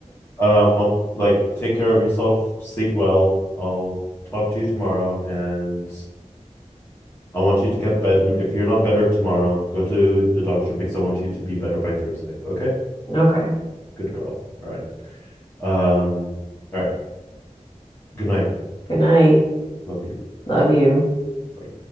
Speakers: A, on the left (about 20°); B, on the left (about 40°).
A: Um, I'll, like take care of yourself, sleep well. I'll talk to you tomorrow and I want you to get better. If you're not better tomorrow, go to the doctor because I want you to be better by Thursday. Okay?
B: Okay,
A: Good girl. All right. Um, all right. Good night.
B: good night.
A: Love you.
B: Love you.
A: Bye.